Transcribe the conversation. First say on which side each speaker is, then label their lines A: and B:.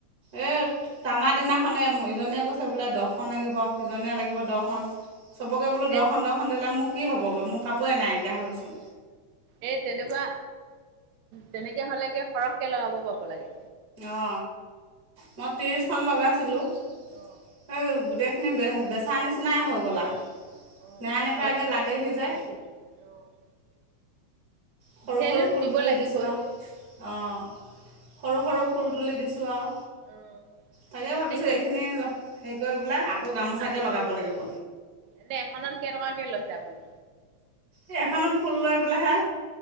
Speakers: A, on the right; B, on the right.
A: এই টানা দিনাখনেই ইজনীয়ে কৈছে বোলে দহখন লাগিব সিজনীয়ে লাগিব দহখন চবকে বোলো দহখন
B: এই
A: দহখন দিলে মোৰ কি হ'বগৈ মোৰ কাপোৰে
B: অ
A: নাইকিয়া হ'লচোন
B: এই তেনেকুৱা তেনেকে হলে কি সৰহকে লগাব পাব লাগে।
A: অ মই তিছখন লগাইছিলোঁ
B: অ',
A: সেই গোটেইখিনি বে বেচা নিচিনাই হৈ গ'ল আও।
B: অ',
A: নেৰা নেপেৰা
B: ঘৰত
A: লাগেহি
B: নাথাকিলে
A: যে
B: অ',
A: সৰু
B: বিচাৰিলেতো
A: সৰু ফুল
B: দিব
A: তুলি
B: লাগিবই।
A: দিছো আৰু অহ সৰু সৰু ফুল তুলি দিছোঁ আৰু
B: অ',
A: তাকে ভাবিছোঁ।
B: এনেকে
A: এইখিনি হেৰি কৰি পেলাই গামোচাকে
B: আকৌ
A: লগাব
B: অ
A: লাগিব
B: এনে এখত কেইটকাকে লৈছে আপুনি?
A: এই এখনত ফুল লৈ পেলাইহে